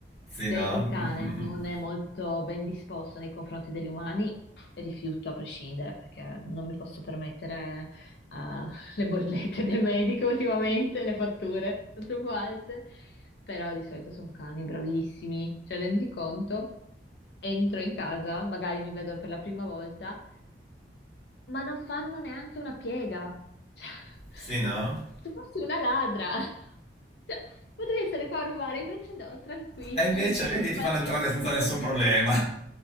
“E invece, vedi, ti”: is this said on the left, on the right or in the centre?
Left